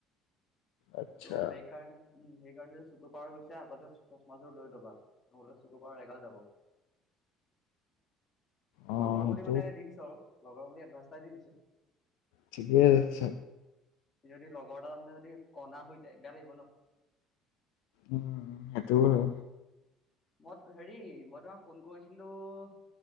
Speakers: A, on the left; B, on the left.
A: আচ্ছা
B: ত' সেই কাৰণে উম, সেইকাৰণে যে চুকু পাওৱাৰ গৈছে। আগতে চশমাযোৰ লৈ লবা, নহ'লে চুকু পাওৱাৰ এগাল যাব।
A: অ'
B: লগৰ
A: সেইটো
B: বুলি মানে দি দিছো আৰু। লগৰ বুলি এডভাইচ এটা দি দিছো।
A: ঠিকে আছে
B: যদি লগৰ তাৰমানে যদি কনা হৈ যায় যায়, বেয়া লাগিব ন।
A: উম, সেইটো হয়।
B: মই হেৰি, মই তোমাক ফোন কৰিছিলোঁ